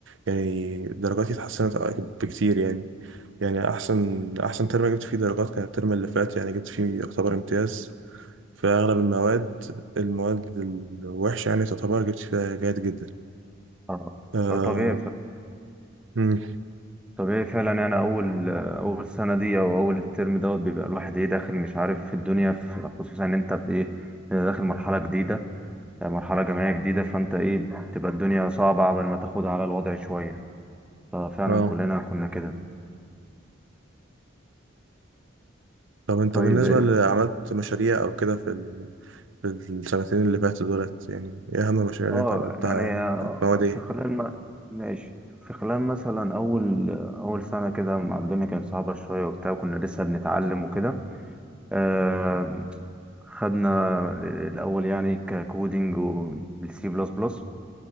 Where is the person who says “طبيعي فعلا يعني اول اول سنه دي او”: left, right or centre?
Centre